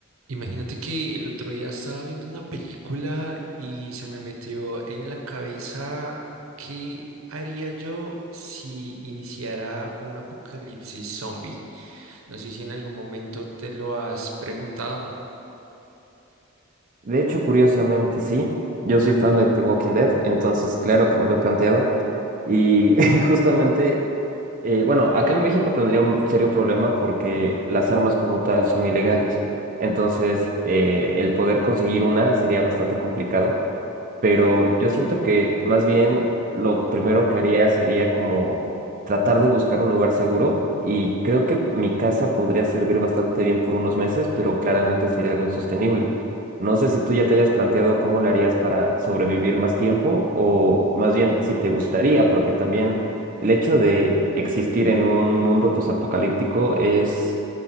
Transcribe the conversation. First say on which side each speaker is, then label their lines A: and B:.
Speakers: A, on the right; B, on the right.
A: Imagínate que el otro día estaba viendo una película y se me metió en la cabeza qué haría yo si iniciara un apocalipsis zombie. No sé si en algún momento te lo has preguntado.
B: De hecho, curiosamente, sí. Yo soy fan de The Walking Dead, entonces claro que me lo he planteado. Y <laughs> justamente, eh, bueno, acá en México tendría un serio problema porque las armas como tal son ilegales. Entonces, eh, el poder conseguir una sería bastante complicado pero yo siento que más bien lo primero que haría sería como tratar de buscar un lugar seguro y creo que mi casa podría servir bastante bien por unos meses, pero claramente sería algo insostenible. No sé si tú ya te hayas planteado cómo lo harías para sobrevivir más tiempo o más bien si te gustaría, porque también el hecho de existir en un mundo posapocalíptico es,